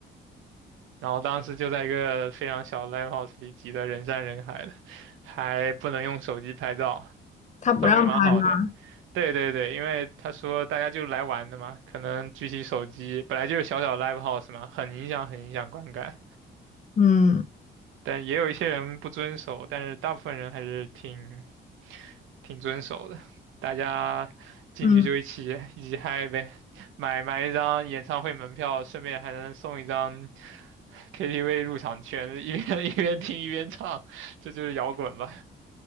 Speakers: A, on the right (about 80°); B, on the left (about 35°).
A: 然后当时就在一个非常小的 live house 里挤得人山人海的，还不能用手机拍照。
B: 他不让拍吗？
A: 氛围蛮好的。对对对，因为他说大家就来玩的嘛，可能举起手机，本来就是小小 live house 嘛，很影响很影响观感。
B: 嗯
A: 但也有一些人不遵守，但是大部分人还是挺挺遵守的。大家进去就一起一起嗨呗，
B: 嗯
A: 买买一张演唱会门票，顺便还能送一张 KTV 入场券，一边 <laughs> 一边听一边唱，这就是摇滚吧。